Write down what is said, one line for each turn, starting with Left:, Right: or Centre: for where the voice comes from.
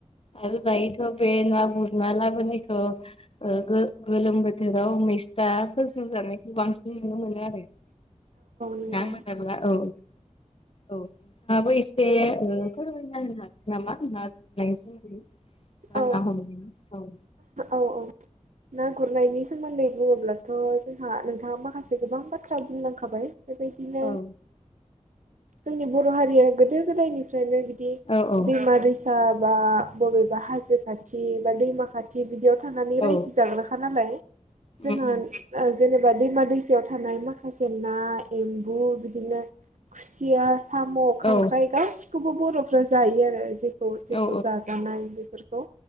Left: आरो दायोथ' बे ना गुरना लाबोनायखौ ओ गो गोलोम बोथोराव मैस्थाफोरजों जानायखौ बांसिन नुनो मोनो आरो
Right: नंगौ
Left: ना मोनाब्ला औ औ नोंथाङाबो एसे एसे ओ फोरमायना होनो हागोन नामा ना गुरनायनि सोमोन्दै
Right: औ
Left: ना हमनायनि औव
Right: औ ना गुरनायनि सोमोन्दै बुङोब्लाथ' जोंहा नोंथाङा माखासे गोबां बाथ्रा बुंलांखाबाय बेबायदिनो
Left: औ
Right: जोंनि बर' हारिया गोदो गोदायनि फ्रायनो बिदि
Left: औ औ
Right: दैमा दै सा बा बबेबा हाजो खाथि बा दैमा खाथि बिदियाव थानानै रायजो
Left: औ
Right: जाग्राखा नालाय
Left: उम
Right: जोंहा
Left: उम
Right: जेनेबा दैमा दैसायाव थानाय माखासे ना एम्बु बिदिनो खुसिया साम' खांख्राइ
Left: औ
Right: गासिखौबो बर'फ्रा जायो आरो जेखौ जेखौ
Left: औ
Right: जाजानाय बेफोर